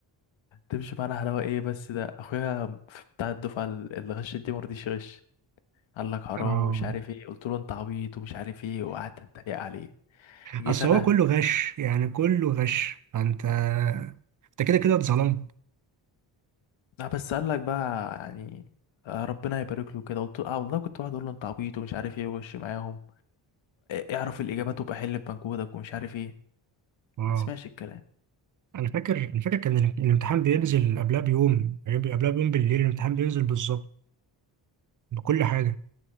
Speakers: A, on the left; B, on the right.
A: تمشي معانا حلاوه ايه بس ده اخويا في- بتاع الدفعه ال- اللي غشت دي مرضيش يغش قال لك حرام
B: <laughs> اه
A: ومش عارف ايه قلت له انت عبيط ومش عارف ايه وقعدت اتريق عليه جيت
B: اصل
A: انا
B: هو كله غش يعني كله غش فانت انت كده كده اتظلمت
A: لا بس قال لك بقى يعني آه، ربنا يبارك له كده قلت له اه والله كنت واحد اقول له انت عبيط ومش عارف ايه وش معاهم اعرف الاجابات وابقى حل بمجهودك ومش عارف ايه
B: اه
A: ما اسمعش الكلام
B: انا فاكر انا فاكر كان ال- الامتحان بينزل قبلها بيوم بيبقى قبلها بيوم بالليل الامتحان بينزل بالظبط بكل حاجه